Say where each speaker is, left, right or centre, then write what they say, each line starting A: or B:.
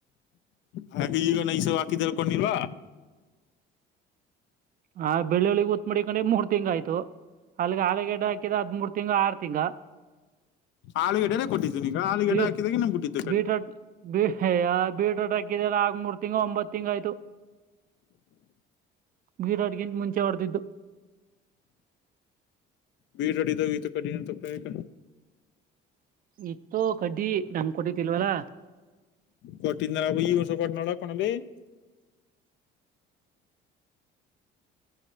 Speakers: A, on the left; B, on the right.
A: ಹಾಗ ಈಗಾಕ ಕೊಂಡಿಲ್ವಾ
B: ಹ ಬೆಳ್ಳುಳ್ಳಗ್ ಉತ್ ಮಾಡಿಿಕೊಂಡ್ರೆ ಮೂರ್ ತಿಂಗ್ ಆ್ತು ಅಲ್ಲಿ ಆ ಗಿಡ್ ಹಾಕಿದದ್ಮ ಮೂರ್ ತಿಂಗ್ ಆರು ತಿಂಗ್
A: ಆಲೂಗಡ್ಡೆನೆ ಕೊಟ್ಟಿದ್ದೀನಿ ಈಗ ಆಲೂಗಡ್ಡೆ
B: ಹ ಬ
A: ಹಾಕಿದಾಗ ನಮ್ ಬಿಟ್ಟಿದ್ದು ಕಡ್ಡಿ
B: ಬೀಟ್ಬಟೋಟ್ ಹಾಕಿದೆಲ್ಲ ಆಗಡ್ತ ತಿಂಗ್ ಒಂಬತ್ತು ತಿಂಗ ಆಯ್ತು ಬೀರಾಡ್ಗಿಂದ ಮುಂಚೆ ಹೊಡೆದಿದ್ದು
A: ಬಿೀಟಡಿದ ಕಡಿ ನ ತಪ್ಪಗ
B: ಇತ್ತುೋ ಕಡ್ಡಿ ನಮ್ಕಟ್ಟತಿಲ್ವಲ್ಲಾ
A: ಕೊಟ್ಟಿದನಾರ ಈ ವರ್ಷ ಕೊಟ್ಟ ನೋಡ ಕೊನಲ್ಲಿ